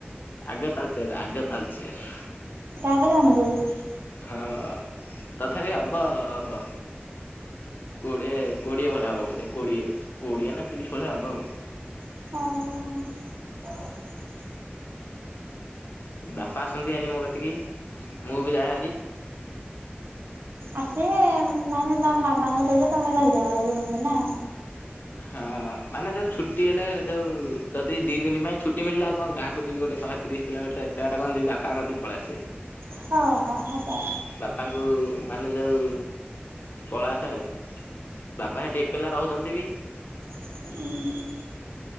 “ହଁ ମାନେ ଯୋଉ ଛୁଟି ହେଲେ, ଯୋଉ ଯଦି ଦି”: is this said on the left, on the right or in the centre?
Left